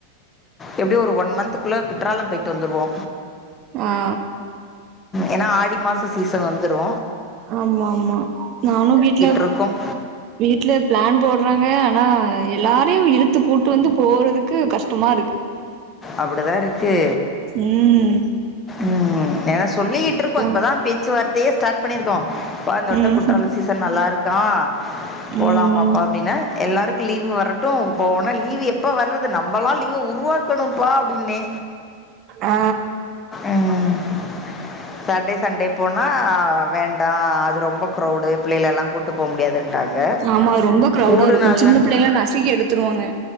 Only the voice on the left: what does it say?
எப்டி ஒரு ஒன் மந்த் ள்ள குற்றாலம் பேட்டு வந்துருவோ
ஏனா ஆடி மாச சீசன் வந்துரு
இருக்கோம்
அப்டிதாருக்கு
ம் ஏனா சொல்லிக் <unintelligible>
இப்பதா பேச்சுவார்த்தையே ஸ்டார்ட் பண்ணிருக்கோ ப்பா இந்த வாட்ட
குற்றால
சீசன் நல்ல நல்லாருக்க போலாமாப்பா
அப்டினா எல்லாருக்கு லீவு வரட்ட டு போன லீவு எப்ப வர்து நம்மலா லீவ உருவாக் ப்பா அப்டின்னே
ம் சாட்டே சண்டே போனா வேண்டா அது ரொம்ப க்ரௌடு பிள்ளைகளலா கூட்டு போ முடியாதுன் டாங்க
ஊடு
நல்லன்னு